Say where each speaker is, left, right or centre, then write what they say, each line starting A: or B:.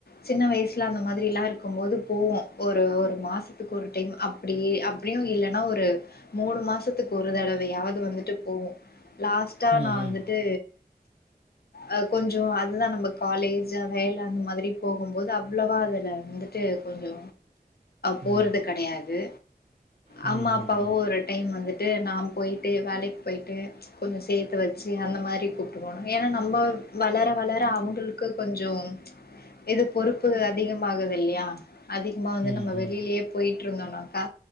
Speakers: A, on the left; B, on the right.
A: சின்ன வயசுல அந்த மாதிரில்லா இருக் இருக்கும் போது போவோம் ஒரு ஒரு மாசத்துக்கு ஒரு டைம் அப்டி அப்டியு இல்லன்னா ஒரு மூணு ஒரு மாசத்துக்கு ஒரு தடவையாவது வந்துட்டு போவோம் லாஸ்டா
B: ம்,
A: நா
B: ம்,
A: வந்துட்டு அ கொஞ்சோ அதுதா நம்ம காலேஜ் வேல அந்த மாதிரி போகும்போது அவ்வளவா அதுல வந்துட்டு கொஞ்சோ போறது
B: ம்,
A: கெடையாது
B: ம்,
A: அம்மா
B: ம்,
A: அப்பாவு ஒரு டைம் வந்துட்டு நா போயிட்டு வேலைக்கு போயிட்டு கொஞ்ச சேத்து வச்சு அந்த மாரி கூப்புட்டுக்குவோ நாங்க ஏன்னா நம்ம வளர வளர அவுங்களுக்கு கொஞ்சம் இது பொறுப்பு அதிகமாகுது இல்லையா அதிகமா வந்து
B: ம், ம்,
A: நம்ம
B: ம், ம்,
A: வெளியிலயே போயிட்டு இருந்தோன்னாக்கா